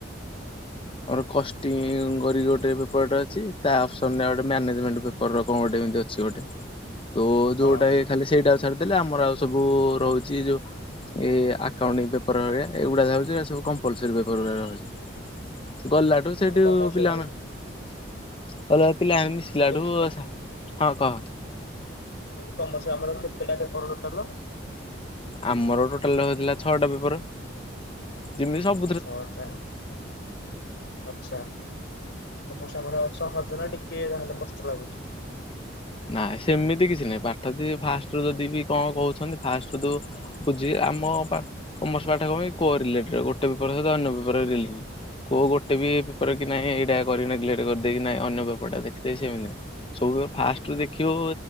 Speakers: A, on the left; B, on the left.
A: ହ <inaudible>
B: ଆମର କଷ୍ଟିଂ କରିକି ଗୋଟେ ପେପରଟା ଅଛି ତା ଅପସନ ରେ ଗଟେ ମାନେଜମେଣ୍ଟ ପେପର ର କଣ ଗୋଟେ ଏମିତି ଅଛି। ଅଛି ଗୋଟେ ତ
A: ହଁ।
B: ଯୋଉଟା ଖାଲି ସେଇଟା ଛାଡ଼ି ଦେଲେ ଆମର ଆଉ ସବୁ ରହୁଛି ଯୋଉ ଏ ଆକାଣ୍ଟିଙ୍ଗି ପେପର ଏଇଗୁଡ଼ା ଥାଉଚି କମ୍ପଲସରି ପେପର ଗୁଡ଼ାକ ଥାଉଛି। ଗଲାଠୁ
A: ଆମର
B: ସେଇଠି
A: କମର୍ସ
B: ପିଲାମାନେ
A: ରେ
B: ଗଲେ ପିଲା ଆମେ ମିଶିଲାଠୁ
A: କଲି
B: ଆସ ହଁ କହ।
A: ଆମର କମର୍ସର କେତେଟା ପେପର ଟୋଟାଲ?
B: ଆମର ଟୋଟାଲ ରହିଥିଲା ଛଅଟା ପେପର ଯେମିତି ସବୁ
A: ଛଅଟା ଆଚ୍ଛା ତ ମୋ କମର୍ସ ଆମର ସହଜ ନା ଟିକେ ଯାହେଲେ କଷ୍ଟ ଲାଗୁଚି
B: ନାଇ ସେମିତି କିଛି ନାହିଁ ପାଠ ଦ ଫାଷ୍ଟ ରୁ ଯଦି ବି କଣ କହୁଛନ୍ତି ଫାଷ୍ଟ ରୁ ଦୋ ହଉଛି ଆମ କମର୍ସ ପାଠ କଣ କି କୋରିଲେଟେଡ଼ ଗୋଟେ ପେପର ସହିତ ଅନ୍ୟ ପେପର ରିଲେଟେଡ୍ କୋଉ ଗୋଟେ ବି ପେପର କି ନାହିଁ ଏଇଟା କରି ନେଗ୍ଲେକ୍ଟ କରିଦେଇକି ନାଇଁ ଅନ୍ୟ ପେପର ଟା ଦେଖାଇଦେବି ସେମତି ନାଇଁ। ସବୁ ଫାଷ୍ଟୁରୁ ଦେଖିବ